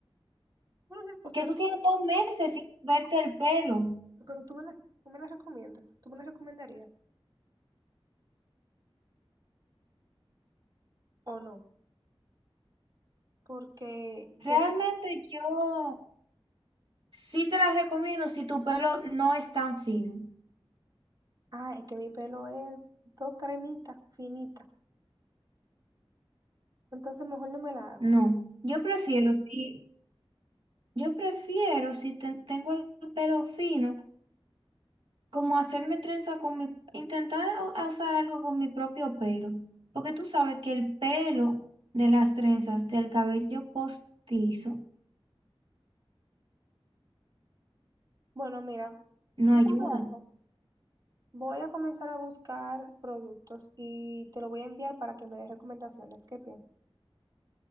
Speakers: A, on the right; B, on the right.
A: Bueno, o sea,
B: Que tú
A: tú,
B: tienes dos meses sin verte el pelo.
A: pero tú me las, tú me las recomiendas, tú me las recomendarías o no, porque yo
B: Realmente yo Sí te las recomiendo si tu pelo no es tan fino.
A: Ah, es que mi pelo es dos cremitas finitas. Entonces mejor no me la hago.
B: No, yo prefiero si yo prefiero si te- tengo el pelo fino, como hacerme trenza con mi intentar a- a usar algo con mi propio pelo, porque tú sabes que el pelo de las trenzas del cabello postizo
A: Bueno, mira,
B: no
A: ¿tú
B: ayuda.
A: sabes algo? Voy a comenzar a buscar productos y te lo voy a enviar para que me des recomendaciones. ¿Qué piensas?